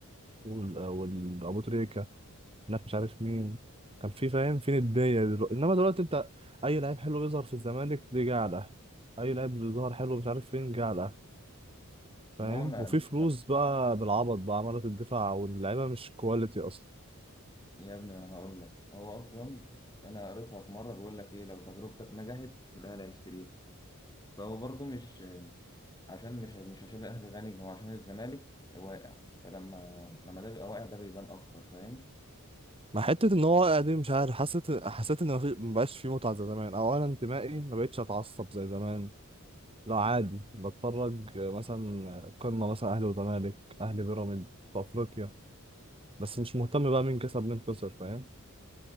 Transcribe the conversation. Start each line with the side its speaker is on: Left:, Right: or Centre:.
Right: وال- والابو تريكه هناك مش عارف مين كان في فاهم فين الدنيا دلوقتي انما دلوقتي انت اي لعيب حلو بيظهر في الزمالك دي جه على الاهلي اي لعيب بيظهر حلو مش عارف فين جه على الاهلي فاهم
Left: ما هو أنا-
Right: وفي فلوس بقى بالعبط بقى عمالة الدفاع واللعيبه مش كواليتي اصلا
Left: يا ابني انا هقول لك هو اصلا انا قريتها في مره بيقول لك ايه لو تجربتك نجحت الاهلي هيشتريها فهو برضه مش عشان مش مش عشان الاهلي غني هو عشان الزمالك واقع فلما لما ده بيبقى واقع ده بيبان اكتر فاهم
Right: مع حتة ان هو واقع دي مش عارف حسيت حسيت ان مفي- مبقاش في متعة زي زمان او انا انتمائي مبقتش اتعصب زي زمان لا عادي بتفرج مثلا قمة مثلا اهلي وزمالك اهلي بيراميدز في افريقيا بس مش مهتم بقى مين كسب مين خسر فاهم